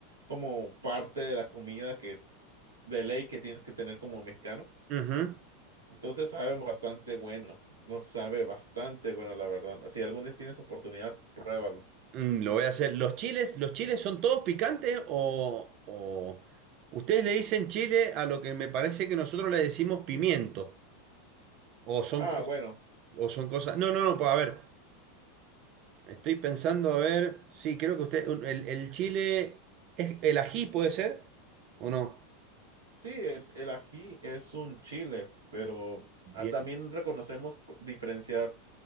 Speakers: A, on the right (about 85°); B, on the right (about 50°).
A: como parte de la comida que de ley que tienes que tener como mexicano.
B: Ujú.
A: Entonces sabe bastante bueno, nos sabe bastante bueno, la verdad. Si algún día tienes oportunidad, pruébalo.
B: Mm, lo voy a hacer. ¿Los chiles, los chiles son todos picantes o, o... Ustedes le dicen chile a lo que me parece que nosotros le decimos pimiento? ¿O son,
A: Ah,
B: cos-
A: bueno,
B: o son cosas... No, no, no, pues a ver. Estoy pensando, a ver, sí, creo que usted, un- el, el chile, ¿es el ají puede ser? ¿O no?
A: sí, el, el ají es un chile, pero
B: Bien.
A: ah, también reconocemos cu- diferenciar